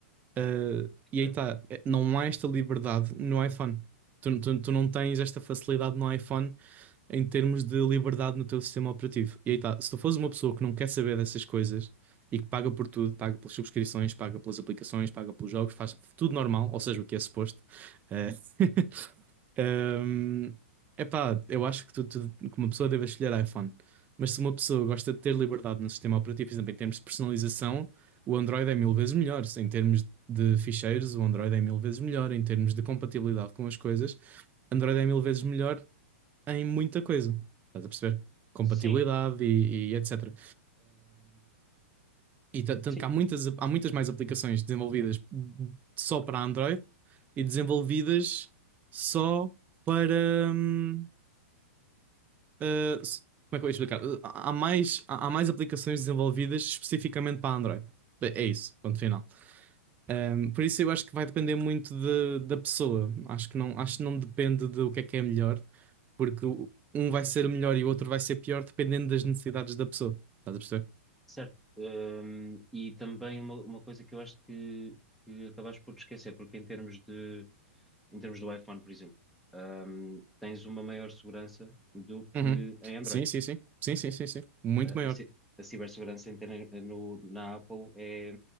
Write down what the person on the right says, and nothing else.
Ah,
e aí está, não há esta liberdade no iPhone. Tu, tu, tu não tens esta facilidade no iPhone em termos de liberdade no teu sistema operativo. E aí está, se tu fores uma pessoa que não quer saber dessas coisas e que paga por tudo, paga pelas subscrições, paga pelas aplicações, paga pelos jogos, faz tudo normal, ou seja, o que é suposto. eh, <laughs> Ahm, epá, eu acho que, tu, tu- que uma pessoa deve escolher iPhone. Mas se uma pessoa gosta de ter liberdade no sistema operativo, por exemplo, em termos de personalização, o Android é mil vezes melhor. Em termos de ficheiros, o Android é mil vezes melhor. Em termos de compatibilidade com as coisas, Android é mil vezes melhor em muita coisa. Estás a perceber? Compatibilidade
e, e etc. E ta- tanto
que há muitas, há muitas mais aplicações desenvolvidas só para Android e desenvolvidas só para. hum, ah, s- como é que eu ia explicar? Ah, Há mais, há há mais aplicações desenvolvidas especificamente para Android. É é isso, ponto final. Hum, por isso eu acho que vai depender muito de- da pessoa. Acho que não, acho que não depende do que é que é melhor, porque o- um vai ser melhor e o outro vai ser pior dependendo das necessidades da pessoa. Estás a perceber?
Uhum.
Sim, sim, sim. Sim, sim, sim, sim. Muito
maior.